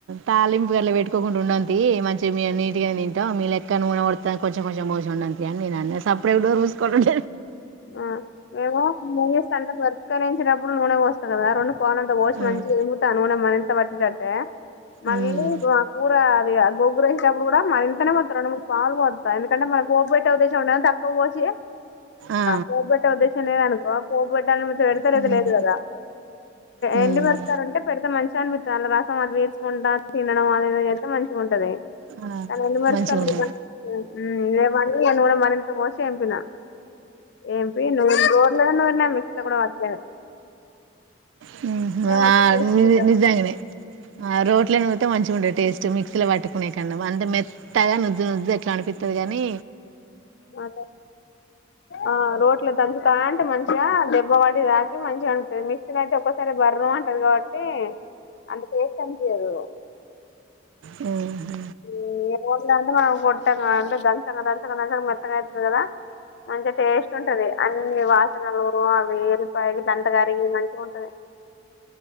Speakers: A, on the right; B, on the left.
A: తాలింపు గట్ల పెట్ కోకుండా ఉండం తీ మంచి మీ నీట్ గా తింటాం మీ లెక్క నూనెపడతా కొంచం కొంచెం పోఈసి అని నేను అ సపడేట్ డోర్ చూసుకోండ
B: ఆ మేమో న చేస్త అంటే బర్క వేంచినప్పుడు నూనె పోస్తా అదే వేరన్న పోలంత పోసి
A: హ్మ్.
B: మంచిగా ఏంపుతా నూనె త వట్టి అయితే మళ్ళీ
A: హ్మ్.
B: ఆ కూర అది గొగురేసేటప్పుడు కూడా మంతనే మత్తం రెండు ముడు పాలుపోత్త ఎందుకంటే మనం పోబెట్టి అవు తె చ ఉండేద్ తక్కువ పోసి
A: ఆ!
B: పోబట్టే ఉద్దేశం లేదనుకో పోబట్ట అ పెడుత లేదంటే
A: హ్మ్.
B: లేదు కదా
A: హ్మ్.
B: ఎండి మరుస్తారంటే పెడితే మంచన బ చాలా రాసం అవి వేచుకుంటా తినడం అదది అయితే మంచిగా ఉంటది
A: ఆ
B: కానీ ఎండు మిరపకాయలు
A: మంచిగుంటది
B: వేసి మరింత నూనె పోసి ఏంపిన ఏంపి నూర్ రోట్లో నే నూరిన మిక్సీలో కూడా పట్ లేదు
A: హ్మ్
B: నూరితే
A: ఆ
B: టేస్ట్
A: నిజ్
B: ఉంటది
A: నిజాంగనే ఆ రోట్ల మంచికుండ టేస్ట్ మిక్స్ లో వట్టుకునే కన్న అంటే టయ ను నుజి అట్ల అనిపితది కాని
B: అదే ఆ రోట్ల దంచతాంటే మంచి దెబ్బ వాటిక్ తాకి మంచిగనిపిస్తది మిక్సీలో అయితే ఒక్కసారి బర్ర అంటది కాబట్టి ఏ అంత టేస్ట్ అనిపియదు
A: హ్మ్ హు
B: హ్మ్ అంటే మనం కొట్టాం అంటే దంచగ దంచగ మెత్తగా అవుతది కదా అంతే. టేస్ట్ ఉంటది అన్ని వాసనలు ఆ వెలుపయ్ అంత కరిగి మంచిగా ఉంటది